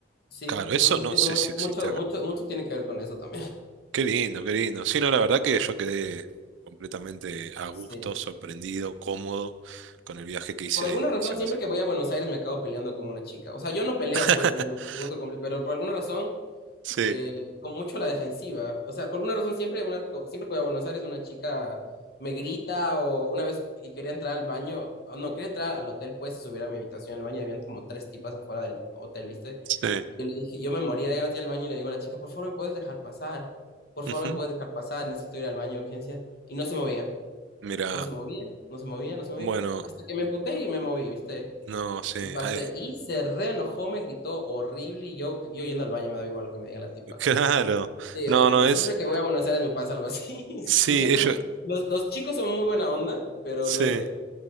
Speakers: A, on the left; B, on the right.
A: Sí,
B: claro,
A: entonces
B: eso no
A: tiene
B: sé
A: mu-
B: si existe
A: mucho,
B: acá.
A: mucho, mucho tiene que ver con eso también.
B: Qué lindo, qué lindo. Sí, no, la verdad que
A: Ajá.
B: yo quedé completamente a gusto,
A: Sí.
B: sorprendido, cómodo con el viaje que hice,
A: Por alguna razón,
B: hice a
A: siempre
B: Brasil.
A: que voy a Buenos Aires me acabo peleando con una chica. O sea, yo no peleo,
B: <laughs>
A: pues, yo no busco conflicto, pero por alguna razón
B: Sí,
A: eh, con mucho a la defensiva. O sea, por alguna razón siempre, una, siempre que voy a Buenos Aires una chica me grita o una vez y quería entrar al baño, o no, quería entrar al hotel, pues subir a mi habitación al baño, y habían como tres tipas afuera del hotel, ¿viste?
B: sí.
A: Y yo le dije, yo me moría de ganas de ir al baño y le digo a la chica, por favor, ¿me puedes dejar pasar? Por favor,
B: Ujú.
A: ¿me puedes dejar pasar? Necesito ir al baño de urgencia. Y no se movía,
B: Mira,
A: no se movía, no se movía, no se movía,
B: bueno,
A: hasta que me puté y me moví, ¿viste?
B: no sé.
A: Y pasé,
B: ay,
A: y se reenojó, me gritó horrible, y yo, yo yendo al baño me da igual lo que me diga la tipa.
B: <laughs> claro.
A: Sí,
B: No,
A: o-
B: no
A: y
B: es.
A: siempre que voy a Buenos Aires me pasa algo así. <laughs>
B: Sí,
A: Y siempre
B: ellos.
A: son- los, los chicos son muy buena onda, pero
B: Sí.
A: no sé.